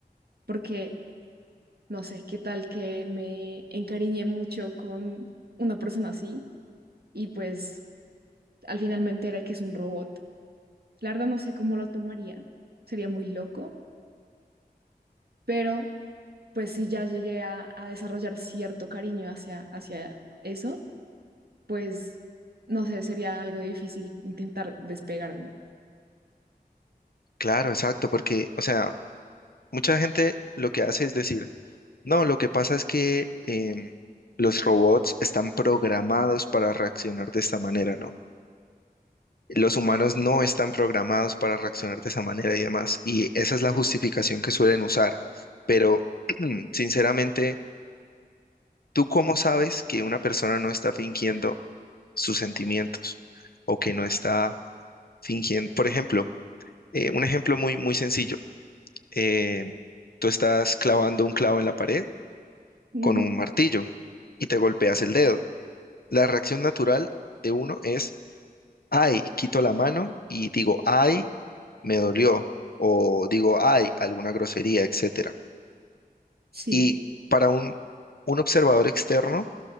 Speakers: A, on the right; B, on the left.
A: porque no sé qué tal que me encariñé mucho con una persona así y pues al finalmente era que es un robot. La verdad no sé cómo lo tomaría, sería muy loco, pero pues si ya llegué a, a desarrollar cierto cariño hacia, hacia eso, pues no sé, sería algo difícil intentar despegarme.
B: Claro, exacto, porque, o sea, mucha gente lo que hace es decir, no, lo que pasa es que em, los robots están programados para reaccionar de esta manera, ¿no? los humanos no están programados para reaccionar de esa manera y demás. Y esa es la justificación que suelen usar. Pero, <clears throat> sinceramente, ¿tú cómo sabes que una persona no está fingiendo sus sentimientos o que no está fingiendo? Por ejemplo, eh, un ejemplo muy, muy sencillo. eh, tú estás clavando un clavo en la pared
A: Ujú,
B: con un martillo y te golpeas el dedo. La reacción natural de uno es ay, quito la mano y digo, ay, me dolió, o digo, ay, alguna grosería, etcétera.
A: Sí,
B: Y para un, un observador externo,